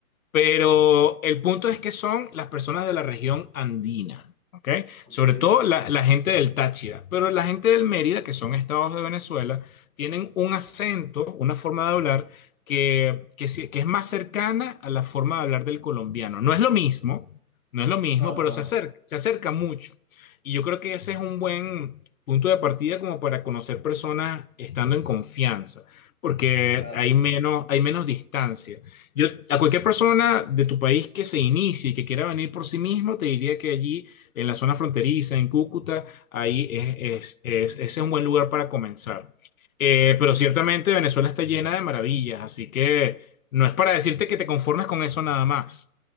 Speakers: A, on the left; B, in the centre.
A: Pero el punto es que son las personas de la región andina, ¿ok?
B: Ok.
A: Sobre todo la, la gente del Táchira, pero la gente del Mérida, que son estados de Venezuela, tienen un acento, una forma de hablar que, que, sí- que es más cercana a la forma de hablar del colombiano. No es lo mismo, no es lo mismo,
B: No, no,
A: pero se acerca, se acerca mucho. Y yo creo que ese es un buen punto de partida como para conocer personas estando en confianza, porque
B: claro.
A: hay menos, hay menos distancia. Yo, a cualquier persona de tu país que se inicie y que quiera venir por sí mismo, te diría que allí, en la zona fronteriza, en Cúcuta, ahí es, es- es- ese es un buen lugar para comenzar. Eh, pero ciertamente Venezuela está llena de maravillas, así que no es para decirte que te conformes con eso nada más.